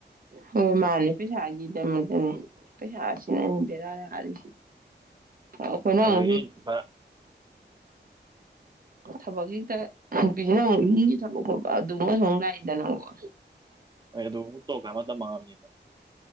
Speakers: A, on the right; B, on the right.
A: ꯍꯣꯏ ꯃꯥꯅꯦ ꯄꯩꯁꯥꯒꯤꯗꯃꯛꯇꯅꯦ ꯄꯩꯁꯥꯁꯤꯅꯅꯤ ꯕꯦꯔꯥ ꯂꯥꯔꯤꯁꯦ ꯑꯩꯈꯣꯏꯅ
B: ꯍꯣꯏ
A: ꯍ
B: ꯚꯔꯥ
A: ꯊꯕꯛꯁꯤꯦꯛꯇ ꯅꯨꯄꯤꯁꯤꯅ ꯑꯃꯨꯛ ꯃꯤꯒꯤ ꯊꯕꯛ ꯈꯣꯠꯄ ꯑꯗꯨꯃꯁꯨ ꯑꯃꯨꯛ ꯂꯥꯛꯏꯗꯅꯀ
B: ꯍ ꯑꯗꯨꯨ ꯇꯧꯈ ꯑꯃ ꯃꯇꯝ ꯃꯉꯑꯕꯅꯤꯅ